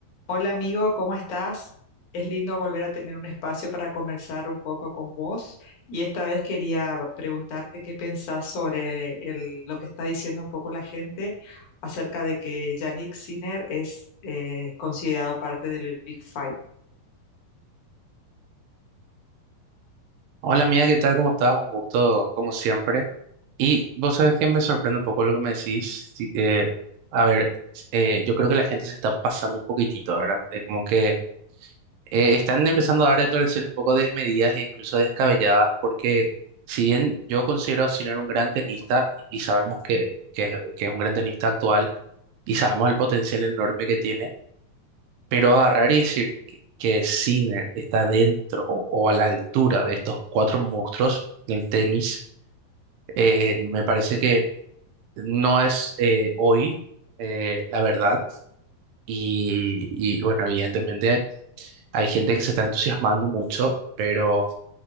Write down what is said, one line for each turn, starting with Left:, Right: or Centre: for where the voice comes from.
Left: Hola amigo, ¿cómo estás? Es lindo volver a tener un espacio para conversar un poco con vos y esta vez quería preguntarte qué pensás sobre el- lo que está diciendo un poco la gente acerca de que Yannick Sinner es eh, considerado parte del Big Five.
Right: Hola amiga, ¿qué tal? ¿Cómo estás? Un gusto, como siempre. Y vos sabés que me sorprende un poco lo que me decís. Sí, eh, a ver, eh, yo creo que la gente se está pasando un poquitito, ¿verdad? Es como que eh, están empezando a dar declaraciones un poco desmedidas e incluso descabelladas, porque si bien yo considero a Sinner un gran tenista, y, y sabemos que, que, es que es un gran tenista actual, y sabemos el potencial enorme que tiene, pero agarrar y decir que, que Sinner está dentro o o a la altura de estos cuatro monstruos del tenis. Eh, me parece que no es eh, hoy eh, la verdad y, y, bueno, evidentemente hay gente que se está entusiasmando mucho, pero